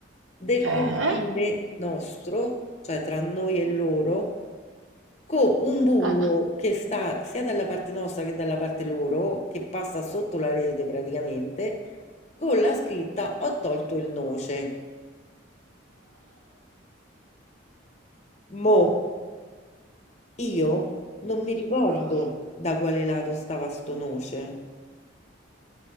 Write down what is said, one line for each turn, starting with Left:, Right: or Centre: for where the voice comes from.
Left: del
Right: Eh?
Left: confine nostro, cioè tra noi e loro, con un buco
Right: Eh.
Left: che sta sia dalla parte nostra che dalla parte loro, che passa sotto la rete praticamente, con la scritta Ho tolto il noce. Mo, io non mi ricordo
Right: <gasps>
Left: da quale lato stava sto noce.